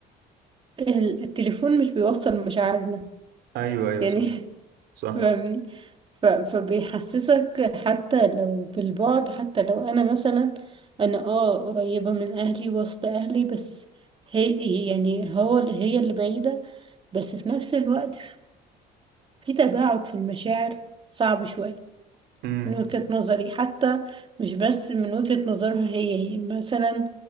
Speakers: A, on the right (about 30°); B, on the right (about 80°).
A: ال- التليفون مش بيوصل مشاعرنا
B: ايوه ايوه
A: يعني
B: صح
A: <laughs>
B: صح
A: فاهمني ف- فبيحسسك حتى لو بالبعد حتى لو انا مثلا انا اه قريبة من اهلي وسط اهلي بس هي يعني هو اللي هي اللي بعيدة بس في نفس الوقت في تباعد في المشاعر صعب شوية
B: امم
A: من وجهة نظري حتى مش بس من وجهة نظرها هي هي مثلا